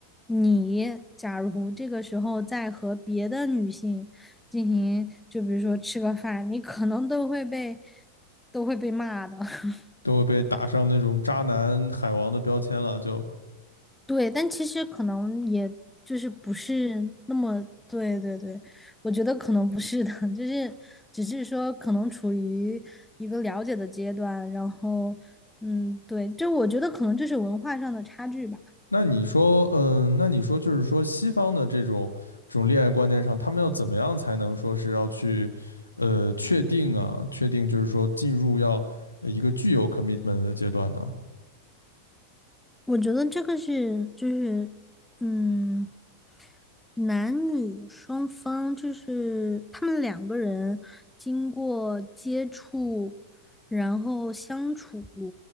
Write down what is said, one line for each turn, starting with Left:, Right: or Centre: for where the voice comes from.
Centre: 你假如这个时候再和别的女性进行，就比如说吃个饭，你可能都会被都会被骂的。<laughs>
Left: 都会被打上那种渣男海王的标签了，就。
Centre: 对，但其实可能也就是不是那么，对对对，我觉得可能不是的，<laughs> 就是只是说可能处于一个了解的阶段，然后嗯，对，就我觉得可能就是文化上的差距吧，
Left: 那你说，嗯，那你说就是说，西方的这种这种恋爱观念上，他们要怎么样才能说是要去，呃，确定啊，确定就是说进入要呃一个具有 commitment 的阶段呢？
Centre: 我觉得这个是就是嗯，男女双方就是他们两个人经过接触，然后相处。